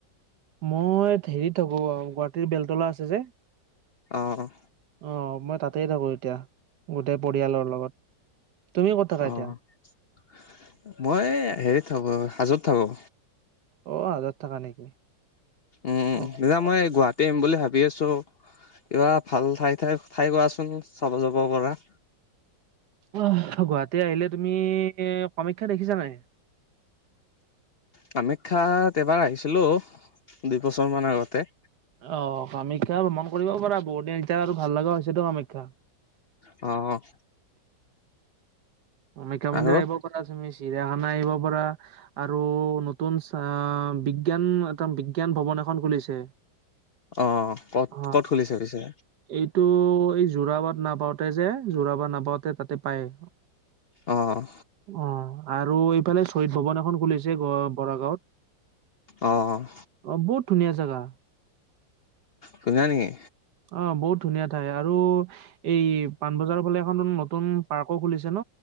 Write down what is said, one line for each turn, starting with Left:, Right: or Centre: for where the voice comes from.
Right: মই হেৰিত থাকোঁ গুৱাহাটীৰ বেলতলা আছে যে।
Left: অ', অ'।
Right: অ' মই তাতেই থাকোঁ এতিয়া, গোটেই পৰিয়ালৰ লগত। তুমি ক'ত থাকা
Left: অ'
Right: এতিয়া
Left: মই হেৰিত থাকোঁ হাজত থাকোঁ।
Right: অ' হাজোত থাকা নেকি।
Left: উম
Right: অ
Left: দনা মই
Right: অ
Left: গুৱাহাটী আহিম বুলি ভাবি আছোঁ। কিবা ভাল ঠাই-ঠাই ঠাই কোৱাচোন চাব যাব পৰা।
Right: অহ গুৱাহাটী আহিলে তুমি কামাখ্যা দেখিছা নাই?
Left: কামাখ্যাত এবাৰ আহিছিলোঁ দুইবছৰমান আগতে।
Right: অ' কামাখ্যা ভ্ৰমণ কৰিব পাৰা বহুত দিন এতিয়া আৰু ভাল লগা হৈছেতো কামাখ্যা।
Left: অ'।
Right: কামাখ্যা মন্দিৰ
Left: আৰু
Right: আহিব পাৰা তুমি চিৰিয়াখানা আহিব পাৰা। আৰু নতুন বিজ্ঞান এটা বিজ্ঞান ভৱন এখন খুলিছে।
Left: অ' ক'ত
Right: অ
Left: ক'ত খুলিছে পিছে?
Right: এইটো এই যোৰাবাট নাপাওঁতে যে যোৰাবাট নাপাওঁতে তাতে পায়।
Left: অ'।
Right: অ' আৰু এইফালে শহীদ ভৱন এখন খুলিছে বৰাগাঁৱত।
Left: অ'।
Right: অ' বহুত ধুনীয়া জেগা।
Left: ধুনীয়া নেকি।
Right: অ' বহুত ধুনীয়া ঠাই আৰু এই পানবজাৰৰ ফালে এখন নতুন আকৌ খুলিছে ন'